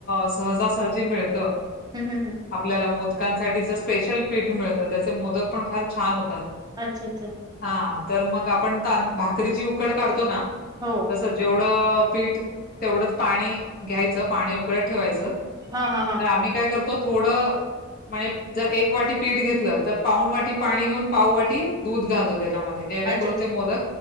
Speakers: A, on the left (about 45°); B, on the right (about 20°).
A: सहजासहजी मिळतं
B: हम हम हम
A: आपल्याला मोदकांसाठीच स्पेशल पीठ मिळतं त्याचे मोदक पण फार छान होतात
B: अच्छा अच्छा
A: हा तर मग आपण त भाकरीची उकड काढतो ना
B: हो
A: तसं जेवढं पीठ तेवढंच पाणी घ्यायचं पाणी उकळ्यात ठेवायचं
B: हा हा हा
A: तर आम्ही काय करतो थोडं म्हणजे जर एक वाटी पीठ घेतलं तर पाऊन वाटी पाणी घेऊन पाऊ वाटी दूध घालतो त्याच्यामध्ये जेणेकरून
B: अच्छा अच्छा
A: ते मोदक.